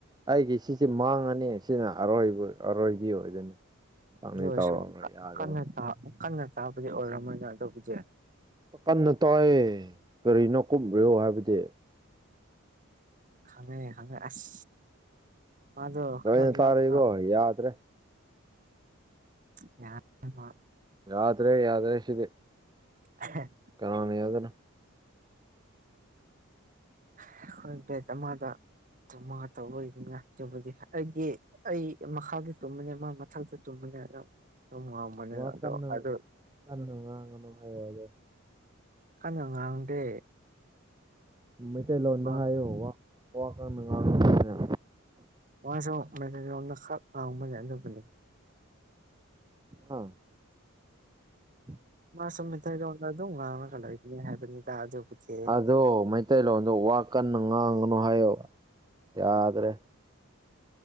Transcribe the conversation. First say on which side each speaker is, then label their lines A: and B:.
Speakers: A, on the right; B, on the right.
A: ꯑꯩꯒꯤ ꯁꯤꯁꯦ ꯃꯥꯡꯉꯅꯤ ꯁꯤꯅ ꯑꯔꯣꯏꯕ ꯑꯔꯣꯏꯕꯤ ꯑꯣꯏꯗꯣꯏꯅꯤ꯫ ꯇꯧꯅꯤ
B: ꯑꯗꯨ ꯑꯣꯏꯁꯨ
A: ꯇꯧꯔꯔꯣꯏ ꯌꯥꯗ꯭ꯔꯦ
B: ꯀꯟꯅ ꯇꯥ ꯀꯟꯅ ꯇꯥꯕꯗꯤ ꯑꯣꯏꯔꯝꯃꯣꯏꯅ ꯑꯗꯨꯕꯨꯗꯤ꯫
A: ꯀꯟꯅ ꯇꯥꯏꯏ ꯀꯔꯤꯅꯣ ꯀꯨꯝꯈꯔꯤꯑꯣ ꯍꯥꯏꯕꯗꯤ?
B: ꯈꯪꯉꯦ ꯈꯪꯉꯦ ꯑꯁ ꯃꯥꯗ
A: ꯂꯣꯏꯅ
B: ꯈꯔ
A: ꯇꯥꯔꯦꯀꯣ
B: ꯂ ꯂ
A: ꯌꯥꯗ꯭ꯔꯦ
B: ꯌꯥ ꯎꯣꯏ
A: ꯌꯥꯗ꯭ꯔꯦ ꯌꯥꯗ꯭ꯔ ꯁꯤꯗꯤ꯫
B: ꯍꯍꯦ
A: ꯀꯥꯅꯦꯗꯔ
B: ꯑꯩꯈꯣꯏ ꯕꯦꯠ ꯑꯃꯗ ꯇꯨꯝꯃꯒ ꯇꯧꯕꯅ ꯆꯕꯗꯤ ꯑꯩꯒꯤ ꯑꯩ ꯃꯈꯥꯒꯤ ꯇꯨꯝꯕꯅꯦ ꯃꯥ ꯃꯊꯛꯇ ꯇꯨꯝꯕꯅꯤ ꯑꯗꯨ ꯑꯗꯨꯝ
A: ꯋꯥꯀꯟꯅ
B: ꯑꯗꯣ ꯑꯗꯨ
A: ꯀꯟꯅ ꯉꯥꯡꯅꯨꯍꯥꯏꯣꯗꯣ
B: ꯀꯟꯅ ꯉꯥꯡꯗꯦ
A: ꯃꯩꯇꯩꯂꯣꯟꯗ
B: ꯑꯁ
A: ꯍꯥꯏꯌꯨ ꯋꯥ ꯋꯥ ꯀꯟꯅ ꯉꯥꯡꯅꯨꯅ
B: ꯃ ꯃꯦꯁꯖꯅ ꯈ ꯑ ꯃꯖꯅꯖꯒ
A: ꯑ ꯎꯝ
B: ꯃꯥꯁꯨ ꯃꯩꯇꯩꯂꯣꯟꯗ ꯑꯗꯨꯝ ꯉꯥꯡꯅꯒꯂꯒꯅꯦ ꯍꯥꯏꯕꯅꯤ ꯇꯥ ꯑꯗꯨꯕꯨꯊꯑꯦ
A: ꯑꯗꯣ ꯃꯩꯇꯩꯂꯣꯟꯗꯣ ꯋꯥ ꯀꯟꯅ ꯉꯥꯡꯉꯅꯨ ꯍꯥꯏꯌꯕ ꯌꯥꯗ꯭ꯔꯦ